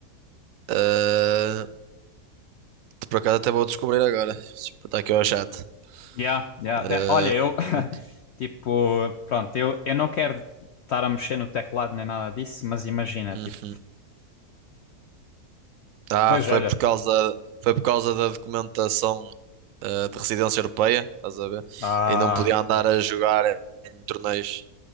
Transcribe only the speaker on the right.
Ah, por acaso até vou descobrir agora. Deixa eu botar aqui ao chat.
Ah,
eu-
Uhum.
Ah,
foi
por causa, foi por causa da documentação, eh, de residência europeia, estás a ver?
E não podia andar
a jogar em torneios.